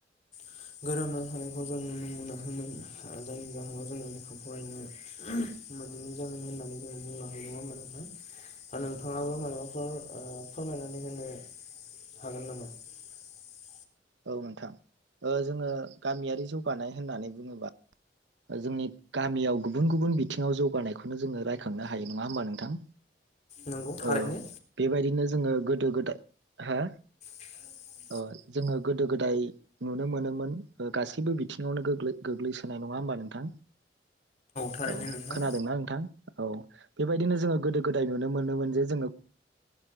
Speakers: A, on the left (about 40°); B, on the right (about 80°).
A: <inaudible> <inaudible> <inaudible> <inaudible>
B: औ नोंथां दा जोङो गामियारि जौगानाय होननानै बुङोबा जोंनि गामियाव गुबुन गुबुन बिथिङाव जौगानायखौनो जोङो रायखांनो हायो नङा होमबा नोंथां
A: नंगौ थारैनो
B: औ बेबायदिनो जोङो गोदो गोदाय हा
A: <unintelligible>
B: ओ जोङो गोदो गोदाय नुनो मोनोमोन गासैबो बिथिङावनो गोग्लै-गोग्लैसोनायमोन नङा होमबा नोंथां
A: थारैनो
B: औ
A: नोंथां
B: खोनादोंना नोंथां औ बेबायदिनो जोङो गोदो गोदाय नुनो मोनोमोन जे जोङो